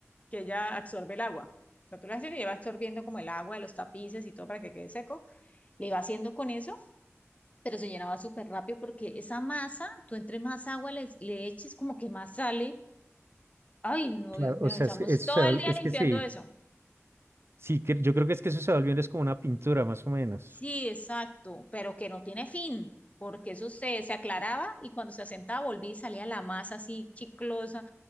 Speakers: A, on the left (about 30°); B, on the right (about 60°).
A: que ella absorbe el agua. O sea, tú la haces y lleva absorbiendo como el agua de los tapices y todo para que quede seco. Le iba haciendo con eso, pero se llenaba súper rápido porque esa masa, tú entre más agua le, le eches, como que más sale. Ay, no,
B: claro,
A: Dios mío,
B: o sea,
A: echamos
B: es, que eso
A: todo
B: se
A: el
B: va-
A: día
B: es
A: limpiando
B: que sí,
A: eso.
B: sí, que- yo creo que es que eso se va volviendo es como una pintura, más o menos.
A: Sí, exacto, pero que no tiene fin, porque eso se, se aclaraba y cuando se asentaba volví y salía la masa así chiclosa.